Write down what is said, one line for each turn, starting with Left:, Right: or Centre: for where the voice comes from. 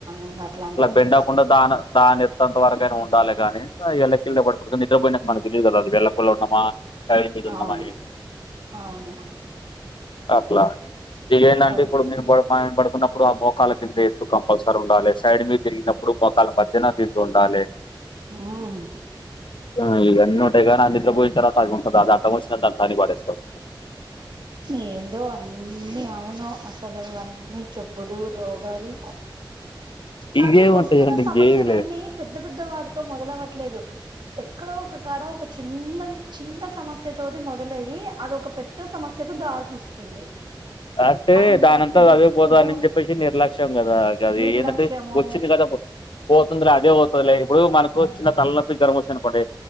Right: ఇంకా అట్లాంటప్పుడు
Left: పెండ
Right: వేసుకు
Left: కొండ దాన దా అంతవరకైనా ఉండాలి కానీ ఎల్లకిళ్ళ పడుకోవద్దని నిద్రపోయినక మనకు తెలీదు కదా అది వెల్లకిల్ల ఉన్నమా సైడ్ తిరిగి ఉన్నమా
Right: అవును అవును
Left: అట్ల ఇంకేందంటే
Right: అదే.
Left: ఇప్పుడు మీ కున్నప్పుడు మోకాల కింద ఎత్తు కంపల్సరీ ఉండాలి సైడ్ మీద తిరిగినప్పుడు మోకాల మధ్యన దిండు ఉండాలి
Right: హ్మ్.
Left: ఆ ఇయన్నీ ఏదైనా నిద్ర పోయిన తర్వాత అది ఉంటదా అది అడ్డం వచ్చిందని దాన్ని తన్ని పడేస్తవ్
Right: ఏందో అన్ని అవును అసలు అన్ని జబ్బులు రో గాలు కానీ
Left: ఇవే
Right: వస్తున్న
Left: ఉంటాయండి ఇంకేమి
Right: సమస్యలన్నీ
Left: లేదు
Right: పెద్ద పెద్ద పెద్ద వాటితో మొదలవ్వట్లేదు ఎక్కడో ఒక కాడ ఒక చిన్న చిన్న సమస్య తోటి మొదలయ్యి అదోక పెద్ద సమస్యకు దారితీస్తుంది
Left: అంటే
Right: అది మన
Left: దానంతట
Right: ఫుడ్
Left: అదే పోతదని
Right: ఫుడ్
Left: చెప్పేసి నిర్లక్ష్యం కదా అది
Right: నిర్లక్ష్యము
Left: ఏందంటే వచ్చింది కదా పోతుందిరా అదే పోతదిలే ఇప్పుడు మనకు చిన్న తలనొప్పి జ్వరం వచ్చింది అనుకోండి